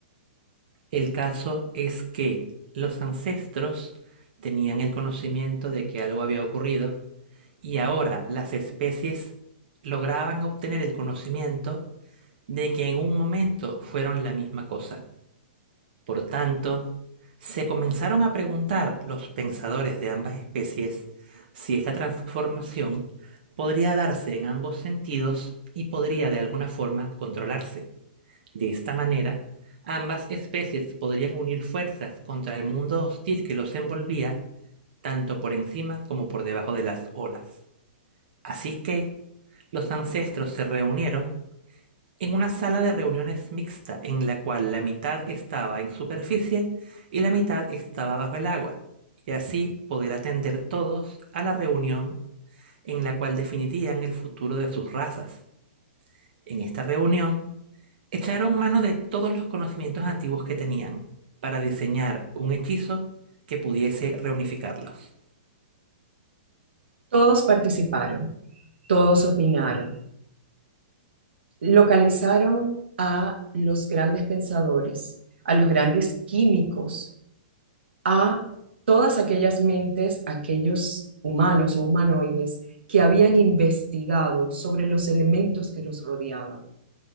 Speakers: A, on the right (about 60°); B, on the right (about 80°).
A: El caso es que los ancestros tenían el conocimiento de que algo había ocurrido y ahora las especies lograban obtener el conocimiento de que en un momento fueron la misma cosa. Por tanto, se comenzaron a preguntar los pensadores de ambas especies si esta transformación podría darse en ambos sentidos y podría de alguna forma controlarse. De esta manera, ambas especies podrían unir fuerzas contra el mundo hostil que los envolvía, tanto por encima como por debajo de las olas. Así que los ancestros se reunieron en una sala de reuniones mixta en la cual la mitad estaba en superficie y la mitad estaba bajo el agua, y así poder atender todos a la reunión en la cual definirían el futuro de sus razas. En esta reunión, echaron mano de todos los conocimientos antiguos que tenían para diseñar un hechizo que pudiese reunificarlos.
B: Todos participaron, todos opinaron, localizaron a los grandes pensadores, a los grandes químicos, a todas aquellas mentes, aquellos humanos o humanoides que habían investigado sobre los elementos que los rodeaba